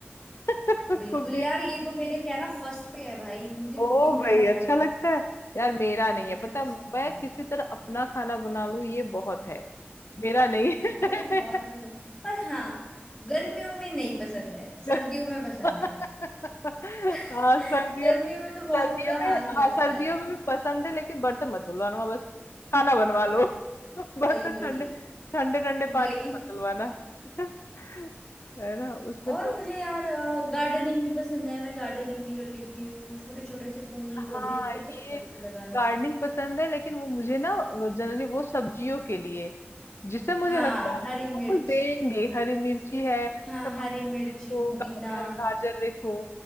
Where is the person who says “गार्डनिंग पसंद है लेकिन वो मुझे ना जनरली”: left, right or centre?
Left